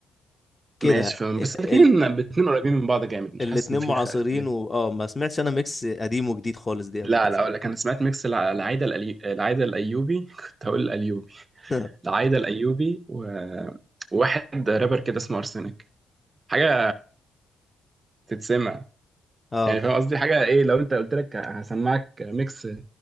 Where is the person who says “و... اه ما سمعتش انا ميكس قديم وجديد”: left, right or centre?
Left